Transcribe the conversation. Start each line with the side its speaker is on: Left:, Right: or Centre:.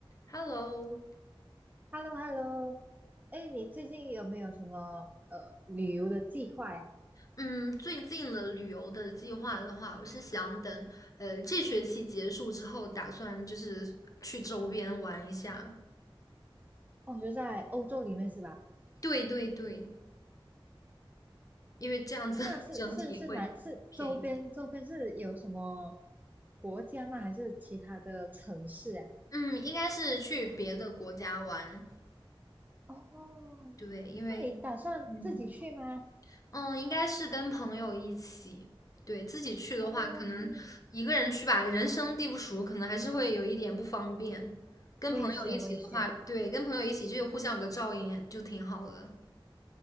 Left: Hello，Hello，
Right: h e l l o h e l l o 哎，你最近有没有什么呃旅游的计划呀？
Left: 嗯，最近的旅游的计划的话，我是想等呃这学期结束之后，打算就是去周边玩一下。
Right: 哦，就在欧洲里面是吧？
Left: 对对对，因为这样子
Right: 那是是是哪是周边周边是有什么
Left: <laughs> 整体会便宜一点。
Right: 国家吗？还是其他的城市呀？
Left: 嗯，应该是去别的国家玩。
Right: 哦，
Left: 对，因为
Right: 那你打算自己去吗？
Left: 嗯，嗯，应该是跟朋友一起。对，自己去的话，
Right: 哦，
Left: 可能一个人去吧，人生地不熟，可能还是会有一点不方便。跟朋友一起的话，
Right: 危险危险。
Left: 对，跟朋友一起就互相有个照应，就挺好的。